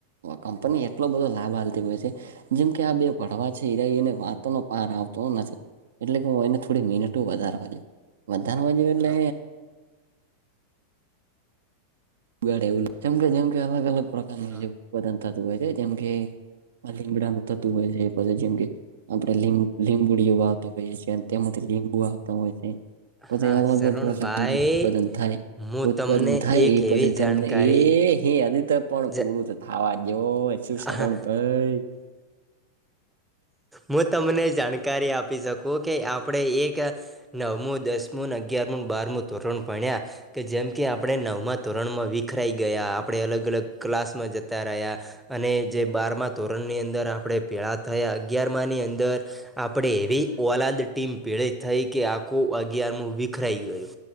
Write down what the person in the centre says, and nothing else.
હા
હા
હા
શરણભાઈ
હું
તમને
એક
એવી
જાણકારી
જ
હા મુ તમને જાણ કારી આપી શકુ કે, આપડે એક નવમું, દસમું ન અગ અગયારમુંન, બારમું ધોરણ ભણ્યા કે જેમ કે આપડે નવમાં ધોરણમાં વિખરાઈ ગયા આપડે અલગ-અલગ ક્લાસમાં જતા રહ્યા અને જે બારમા ધોરણની અંદર આપડે ભેળા થયા, અગિયારમાંની અંદર આપડે એવી ઓલાદ ટીમ ભેળી થઈ કે આખુ અગિયારમુ વિખરાઈ ગયું.